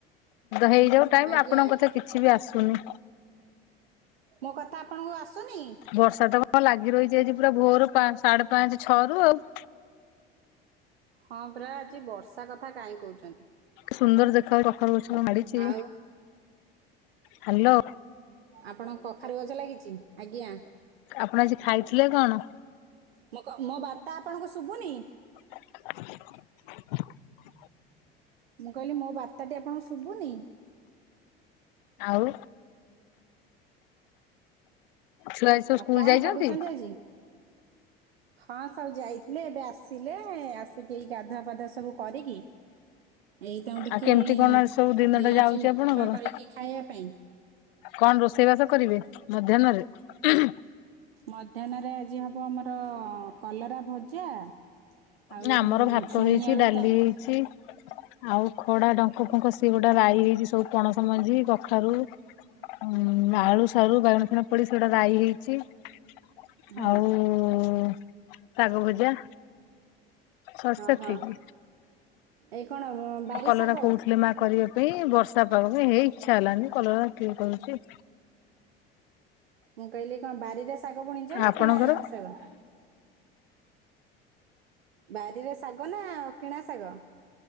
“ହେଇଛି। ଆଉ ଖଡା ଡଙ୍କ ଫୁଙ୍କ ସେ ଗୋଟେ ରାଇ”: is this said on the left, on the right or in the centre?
Left